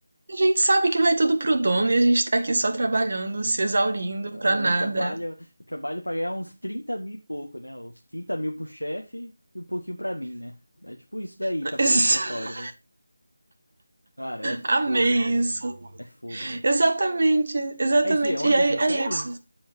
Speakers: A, on the right; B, on the left.
A: A gente sabe que vai tudo pro dono e a gente tá aqui só trabalhando, se exaurindo
B: Ah,
A: pra nada.
B: Eu trabalho, eu trabalho pra ganhar uns 30 mil e pouco, né? Uns 30 mil pro chefe e um pouquinho pra mim, né? É tipo isso daí,
A: <laughs>
B: trabalhar em escritório, velho. Cara, é fogo,
A: Amei
B: velho.
A: isso.
B: É fogo, velho.
A: Exatamente, exatamente.
B: Mas vê, onde
A: E aí
B: essa
A: é
B: série?
A: isso.